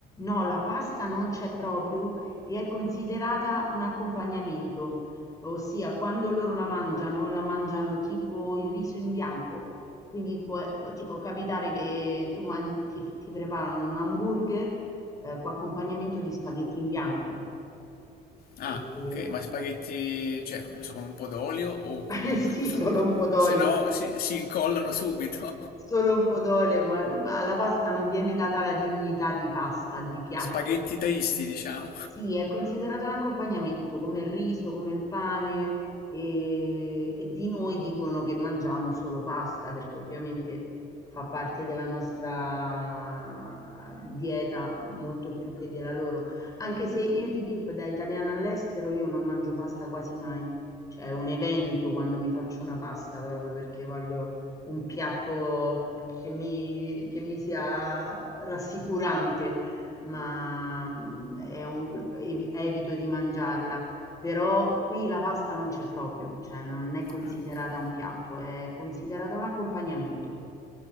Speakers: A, on the left; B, on the left.
A: No, la pasta non c'è proprio e è considerata un accompagnamento, ossia quando loro la mangiano, la mangiano tipo il riso in bianco. Quindi può- può- ti può capitare che tu man- ti, ti preparano un hamburger eh, con accompagnamento di spaghetti in bianco.
B: Ah,
A: E-
B: ok,
A: e-
B: ma spaghetti, cioè, non so, con un po' d'olio o comunque
A: eh, <laughs> sì,
B: sono...
A: solo un po' d'olio,
B: Se no, si, si incollano subito.
A: solo un po' d'olio, ma, ma alla pasta non viene data la dignità di pasta, di
B: <laughs>
A: piatto.
B: Spaghetti taisti, diciamo.
A: Sì, è considerato un accompagnamento, come il riso, come il pane, e, e di noi dicono che mangiamo solo pasta, perché ovviamente fa parte della nostra dieta molto più che della loro. Anche se io ti dico, da italiana all'estero, io non mangio pasta quasi mai. Cioè, è un evento quando mi faccio una pasta, proprio perché voglio un piatto che mi, che mi sia rassicurante ma mhmm, è un evi evito di mangiarla, però qui la pasta non c'è proprio, cioè non è considerata
B: Ah, ok.
A: un piatto, è considerata un accompagnamento.